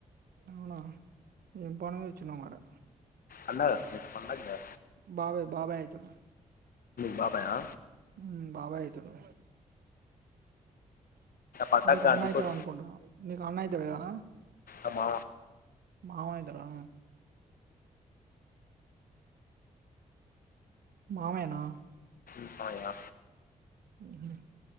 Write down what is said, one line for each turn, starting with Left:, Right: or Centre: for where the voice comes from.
Right: అవునా ఏమ్ పని మీదా వచ్చిన్నావ్ మరే
Left: అన్నద్ పండాక్కే <inaudible>
Right: బాబాయ్ బాబాయ్ అయితాడు
Left: బాబాయ్ హ
Right: హ్మ్ బాబాయ్ అయితాడు.
Left: పండగ
Right: నీకు అన్న
Left: అందుకో
Right: అయితాడు అనుకుంటా, నీకు అన్న అయితాడు కదా అన్న,
Left: అమ్మా
Right: మామ అయితాడా మామయ్య నా
Left: ఉన్నాయా?
Right: హమ్